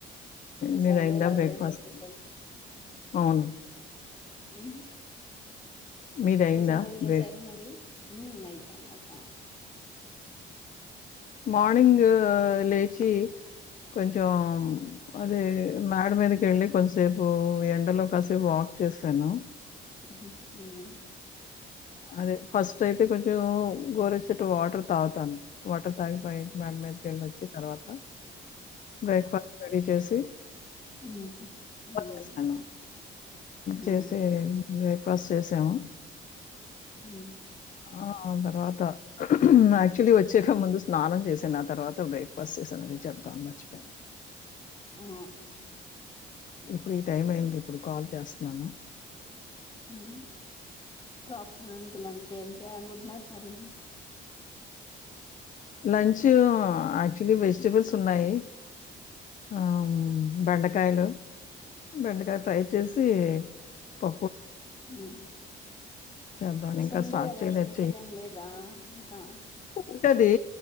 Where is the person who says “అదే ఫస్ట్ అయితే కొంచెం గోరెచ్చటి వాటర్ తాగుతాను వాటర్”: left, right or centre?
Left